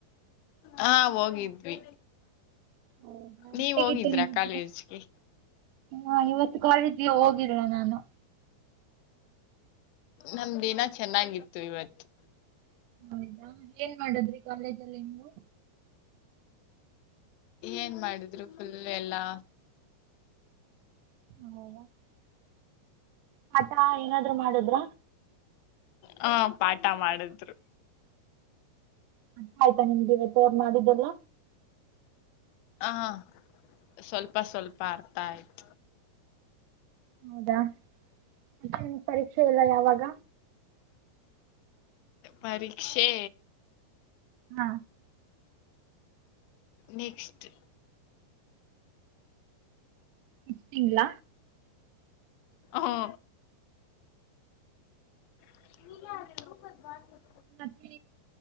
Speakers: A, on the left; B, on the right.
A: ಹಾ ಹೋಗಿದ್ವಿ
B: ಹೌದಾ
A: ನೀವ
B: ಹೇಗಿತ್ತು
A: ಹೋಗಿದ್ರಾ
B: ನಿಮ್
A: ಕಾಲೇಜ್ಗೆ
B: ದಿನ ಹಾ ಇವತ್ತು ಕಾಲೇಜಗೆ ಹೋಗಿದ್ದೆ ನಾನು
A: ನಮ್ಮ ದಿನ ಚೆನ್ನಾಗಿತ್ತು ಇವತ್ತು
B: ಹೌದಾ ಏನ್ ಮಾಡದ್ರಿ ಕಾಲೇಜಲ್ಲಿ ನೀವು
A: ಏನ್ ಮಾಡಿದ್ರು ಫುಲ್ ಎಲ್ಲಾ
B: <unintelligible> ಪಾಠ ಏನಾದ್ರು ಮಾಡುದ್ರ
A: ಹ ಪಾಠ ಮಾಡಿದ್ರು
B: ಅಅರ್ಥ ಆಯ್ತಾ ನಿಮಗೆ ಇವತ್ತು ಅವರ್ ಮಾಡಿರೋದು
A: ಹ ಸ್ವಲ್ಪ ಸ್ವಲ್ಪ ಅರ್ಥ ಆಯ್ತು
B: ಹೌದಾ ಮತ್ತೆ ನಿಮ್ ಪರೀಕ್ಷೆ ಎಲ್ಲ ಯಾವಾಗ
A: ಪರೀಕ್ಷೆ
B: ಹಾ
A: ನೆಕ್ಸ್ಟ್
B: ಈ ತಿಂಗಳ
A: ಹೂ <unintelligible>
B: ಮತ್ತೆ